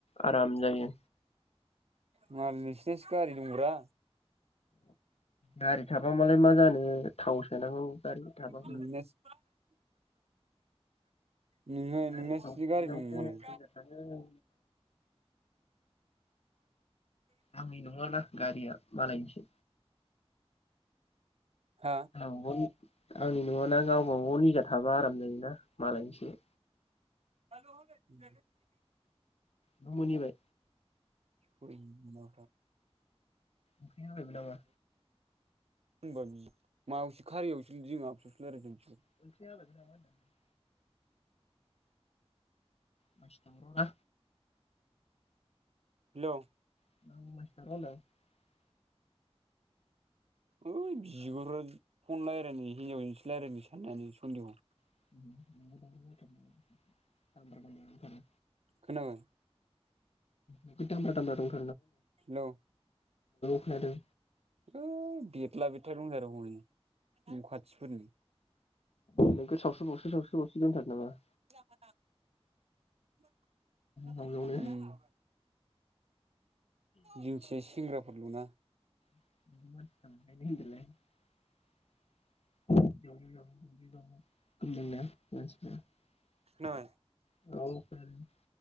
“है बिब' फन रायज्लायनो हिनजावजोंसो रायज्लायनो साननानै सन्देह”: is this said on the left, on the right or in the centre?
Right